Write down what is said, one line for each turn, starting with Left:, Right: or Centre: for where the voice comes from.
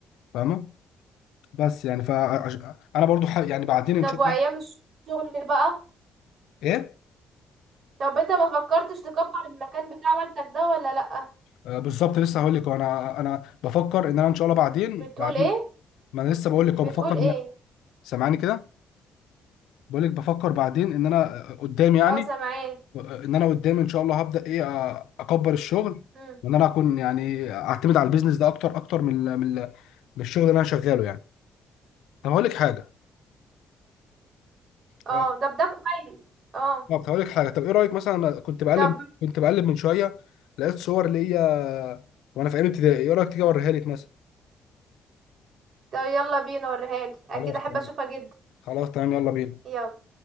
Left: فاهمه بس يعني ف انا برضو ح... يعني بعدين ان
Right: طب
Left: شاء
Right: وايام
Left: الله
Right: الشغل بقى
Left: ايه
Right: طب انت ما فكرتش تكبر المكان بتاع والدك ده ولا لأ
Left: آه بالظبط لسه هقول لك انا انا بفكر ان انا ان شاء الله بعدين
Right: بتقول
Left: بعدين
Right: ايه
Left: ما انا لسه بقول لك أهو
Right: بتقول
Left: بفكر
Right: ايه
Left: ان سامعني كده بقول لك بفكر بعدين ان انا قدام يعني
Right: اه سامعاه
Left: ان انا قدام ان شاء الله هبدا ايه آه، اكبر الشغل
Right: مم.
Left: وان انا اكون يعني اعتمد على البيزنس ده اكتر اكتر من ال- من ال- من الشغل اللي انا شغاله يعني طب هقول لك حاجه
Right: اه
Left: آه،
Right: طب ده كويس اه
Left: طب هقول لك حاجه طب ايه رايك مثلا انا كنت بقلب
Right: طب
Left: كنت بقلب من شويه لقيت صور ليا وانا في ايام ابتدائي ايه رايك تيجي اوريها لك مثلا
Right: طب يلا بينا وريهالي اكيد
Left: خلاص
Right: احب
Left: تمام
Right: اشوفها جدا
Left: خلاص تمام يلا بينا
Right: يلا